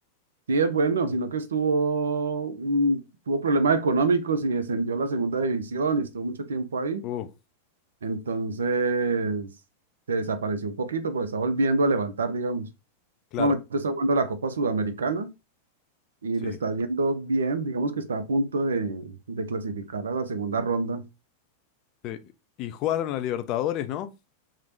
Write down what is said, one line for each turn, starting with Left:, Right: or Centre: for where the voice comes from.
Right: Sí, es bueno, sino que estuvo, mm, tuvo problemas económicos y descendió a la segunda división y estuvo mucho tiempo ahí
Left: Uh,
Right: Entonces se desapareció un poquito, pues está volviendo a levantar, digamos. En
Left: claro,
Right: este momento está jugando la Copa Sudamericana y
Left: sí.
Right: le está yendo bien, digamos que está a punto de, de clasificar a la segunda ronda.
Left: sí. Y jugaron a Libertadores, ¿no?